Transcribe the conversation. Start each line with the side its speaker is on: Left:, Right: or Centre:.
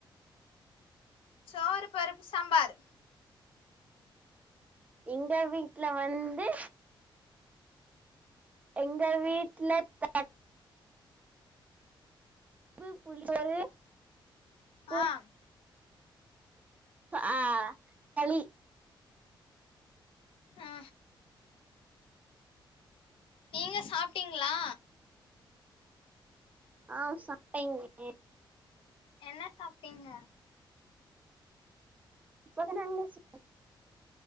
Left: சோறு பருப்பு சாம்பார்
Right: எங்க வீட்ல வந்து எங்க வீட்ல தட் ப்பு புளிசோறு
Left: ஆ
Right: பு ஆ களி
Left: ஆ நீங்க சாப்ட்டீங்ளா
Right: ஆ சாப்டேங்க
Left: என்ன சாப்டிங்க
Right: சுடு தண்ணி சொ